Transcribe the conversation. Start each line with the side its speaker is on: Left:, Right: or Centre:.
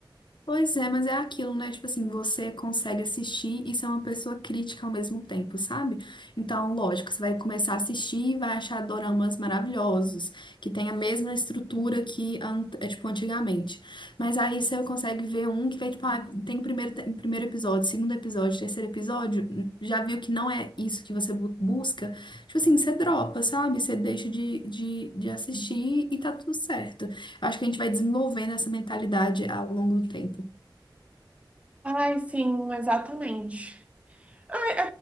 Left: Pois é, mas é aquilo, né? Tipo assim, você consegue assistir e ser uma pessoa crítica ao mesmo tempo, sabe? Então, lógico, você vai começar a assistir e vai achar doramas maravilhosos, que tem a mesma estrutura que, an- é, tipo, antigamente. Mas aí você consegue ver um que vai, tipo, ah, tem o primeiro, te- primeiro episódio, segundo episódio, terceiro episódio, hum, já viu que não é isso que você bu- busca. Tipo assim, você dropa, sabe? Você deixa de, de, de assistir e tá tudo certo. Eu Acho que a gente vai desenvolvendo essa mentalidade ao longo do tempo.
Right: Ai, sim, exatamente. Ah,